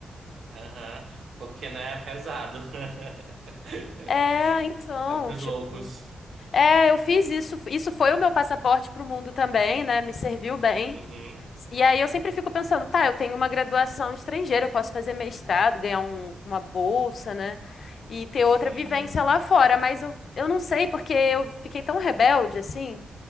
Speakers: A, on the right (about 70°); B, on the left (about 55°).
A: Aham, porque, né, é pesado. <laughs>
B: É, então,
A: É pros
B: tipo,
A: loucos.
B: é, eu fiz isso, isso foi o meu passaporte pro mundo também, né? Me serviu bem.
A: Uhum,
B: E aí eu sempre fico pensando, tá, eu tenho uma graduação estrangeira, eu posso fazer mestrado, ganhar um- uma bolsa, né? E ter
A: sim.
B: outra vivência lá fora, mas eu, eu não sei, porque eu fiquei tão rebelde, assim,